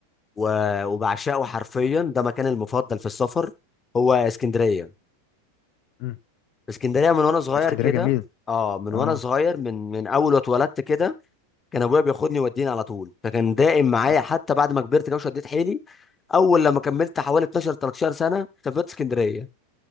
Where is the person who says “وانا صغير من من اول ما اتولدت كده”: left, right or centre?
Left